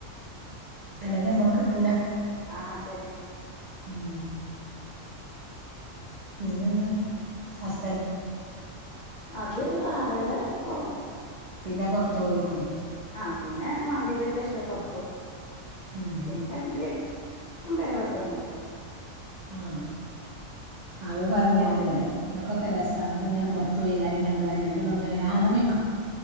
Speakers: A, on the right; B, on the left.
A: അല്ലെങ്കിൽ നമ്മൾക്ക് കിട്ടൂല
B: ആ തന്നെ
A: ഉം പിന്നെന്താ ഹസ്
B: അതൊരു ആറര ക്കാവും
A: പിന്നെ പൊറത്ത് പോയിക്കും
B: ആ പിന്നെ മരിവിൻ്റെഷം പൊറുത്ത്പോം
A: ഉം
B: പിന്നെ വന്നെങ്കി എട്ട് ഒമ്പതര പത്ത് മണിയൊക്കാവും
A: ആ അത് പറഞ്ഞാനിവിടെ നിങ്ങക്കൊക്കെ രസാ ങ്ങക്ക് ഇങ്ങനെ പൊറ ത്തോയി എല്ലാരേം കണ്ടതായത് ഇന്റെ ഉള്ളിലിങ്ങനെ ആ എന്ന പൊയ്ക്കോ